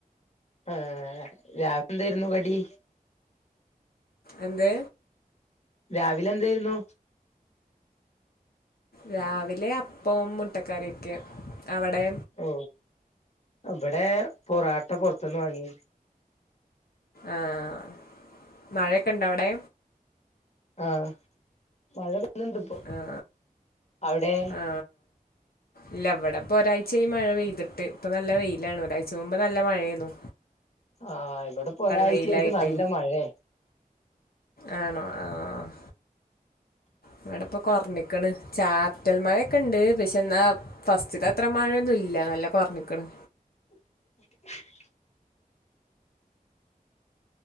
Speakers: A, on the left; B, on the left.
A: ആഹ് രാവിലെ എന്തായിരുന്നു കടി?
B: എന്ത്?
A: രാവിലെ എന്തായിരുന്നു?
B: രാവിലെ അപ്പം മുട്ടക്കറിയൊക്കെ! അവിടെ?
A: ഓ ഇവിടെ പൊറാട്ട പൊറത്തുന്ന് വാങ്ങി!
B: ആഹ്! മഴയൊക്കെ ഉണ്ടോ അവിടെ?
A: ആഹ്! മഴ വെന്നണ്ട് ഇപ്പോ
B: ആ
A: അവിടെ?
B: ആ ഇല്ല ഇവിടെപ്പ ഒരാഴ്ചായി മഴ പെയ്തിട്ട്. ഇപ്പൊ നല്ല വെയിലാണ് ഒരാഴ്ച മുമ്പ് നല്ല മഴയന്നു.
A: ആഹ്! ഇവിടെ ഇപ്പോ ഒരാഴ്ചായിട്ട്
B: വെയിലായിട്ട്
A: നല്ല മഴയ!
B: ആണോ? ആഹ്!
A: <unintelligible>
B: ഇവിടെ ഇപ്പൊ കൊറഞ്ഞിക്കണ് ചാർറ്റൽ മഴയൊക്കെ ഉണ്ട്. പക്ഷെ എന്നാ ഫസ്റ്റ് അത്ര മഴയൊന്നുംല്ല. നല്ല കുറഞ്ഞിക്കണ്
A: <unintelligible>